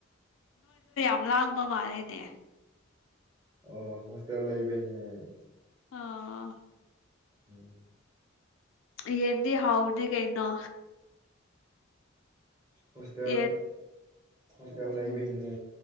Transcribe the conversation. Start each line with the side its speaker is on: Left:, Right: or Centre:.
Left: ꯉꯥꯡꯕ ꯃꯥꯜꯂꯦꯅꯦ
Right: ꯑꯣ ꯍꯣꯁꯇꯦꯜ ꯂꯩꯥꯏꯕꯩꯅꯦ ꯑꯩ
Left: ꯑꯥ
Right: ꯎꯝ
Left: ꯌꯦꯟꯗꯤ ꯍꯥꯎꯅꯤ ꯀꯩꯅꯣ
Right: ꯍꯣꯁꯇꯦꯜ
Left: ꯌꯦꯟ
Right: ꯍꯣꯁꯇꯦꯜ ꯂꯩꯕꯩꯅꯦ